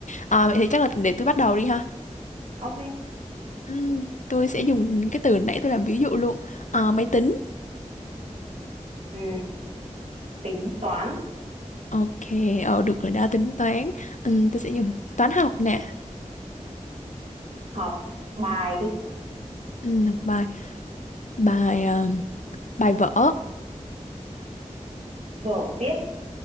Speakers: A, on the left; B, on the right.
A: Ờ, vậy thì chắc là để tôi bắt đầu đi ha.
B: ok
A: Ừm, tôi sẽ dùng cái từ nãy tôi làm ví dụ luôn Ờ, máy tính
B: ừ, tính toán
A: ok ờ, được rồi đó tính toán Ừm, tôi sẽ dùng toán học nè
B: học bài đi
A: Ừm, học bài bài ờm, bài vở
B: vở viết